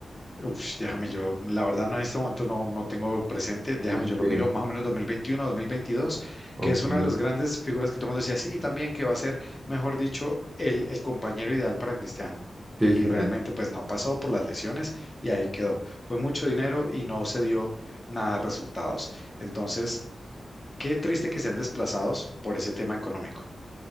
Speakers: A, on the left (about 30°); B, on the right (about 20°).
A: Uf, déjame yo, la verdad no en este momento no, no tengo presente, déjame
B: Sí, sí,
A: yo lo
B: sí.
A: miro más o menos 2021, 2022,
B: Ok.
A: que es una de las grandes figuras que todo el mundo decía, sí, y también que va a ser, mejor dicho, el, el compañero ideal para Cristiano.
B: Sí,
A: Y
B: sí, sí.
A: realmente pues no, pasó por las lesiones y ahí quedó. Fue mucho dinero y no se dio nada de resultados. Entonces, qué triste que sean desplazados por ese tema económico.